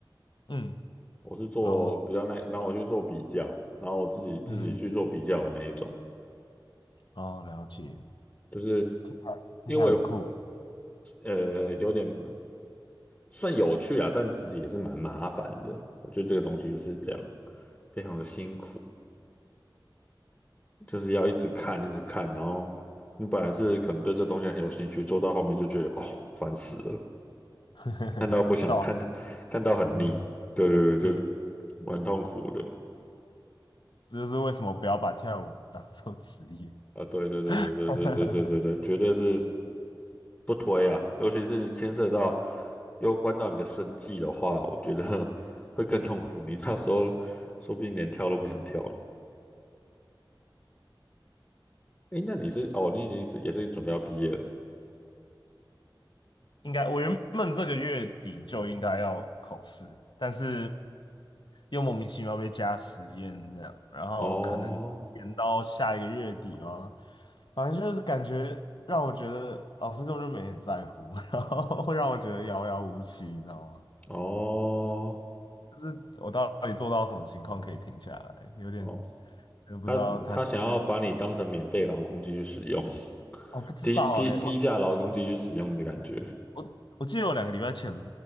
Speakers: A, on the left; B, on the left.
A: 嗯，
B: 我是做比较那，
A: 然后
B: 然后我去做比较，然后我自己自己去做比较的那一种，
A: 嗯，哦，了解，
B: 就是
A: 听起来听起来很酷啊，
B: 因为我呃有点。算有趣啊，但其实也是蛮麻烦的。我觉得这个东西就是这样，非常的辛苦，就是要一直看，一直看，然后你本来是可能对这东西很有兴趣，做到后面就觉得哦，烦死了，
A: <laughs>
B: 看到不想看，
A: 对啊
B: 看到很腻，
A: 真的
B: 对对对，
A: 真的，
B: 就蛮痛苦的
A: 这就是为什么不要把跳舞当做职业。
B: 啊，对对对对对对对对对对，
A: <laughs>
B: 绝对是不推啊，尤其是牵涉到攸关到你的生计的话，我觉得 <laughs> 会更痛苦，你到时候说不定连跳都不想跳了。哎，那你是哦，你已经是也是准备要毕业了
A: 应该我原本这个月底就应该要考试，但是又莫名其妙被加实验这样，然后可能延到下一个月底哦。
B: 哦
A: 反正就是感觉让我觉得老师根本就没很在乎，<laughs> 然后会让我觉得遥遥无期，你知道吗？
B: 哦
A: 就是我到底做到什么情况可以停下来，有点
B: 哦，
A: 有点不知道他到底想要。
B: 他他想要把你当成免费劳工继续使用，
A: 我不知道哎、
B: <laughs> 低低低价劳工继续使用的感觉
A: 我我我记得我两个礼拜前